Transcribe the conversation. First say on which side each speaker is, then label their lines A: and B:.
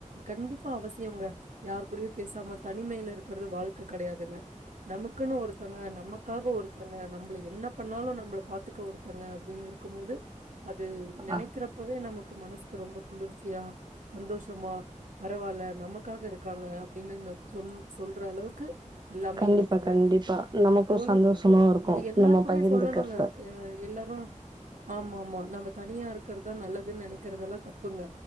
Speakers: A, on the right; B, on the right.
A: கண்டிப்பா அவசியோங்க யாரு கூடயு பேசாம தனிமைல இருக்கறது வாழ்க்க கெடயாதுங்க நமக்குன்னு ஒருத்தங்க நம க்காக ஒருத்தங்க நம்பள என்ன பண்ணாலு நம்பள பாத்துக்க ஒருத்தங்க அப்டின் இருக்கம்மோது அது நெனைக்கிறப்பவே
B: ஆ
A: நமக்கு மனஸ்க்கு ரொம்ப குளிர்ச்சியா சந்தோஷமா பரவால்ல நமக்காக இருக்காங்க அப்டினு இன்னோர் தொல் சொல்ற அளவுக்கு எல்லாமே
B: கண்டிப்பா
A: இருக்குங்க
B: கண்டிப்பா நமக்கும்
A: தோழிகள்
B: சந்தோஷமா இருக்கும்
A: இது எல்லார்க்குமே
B: நம்ம பகிர்ந்துக்கிறப்ப
A: சொல்லணுங்க அ எல்லாரு ஆமா ஆமா நாம தனியா இருக்கற்தா நல்லதுன் நெனைக்கிறதெல்லா தப்புங்க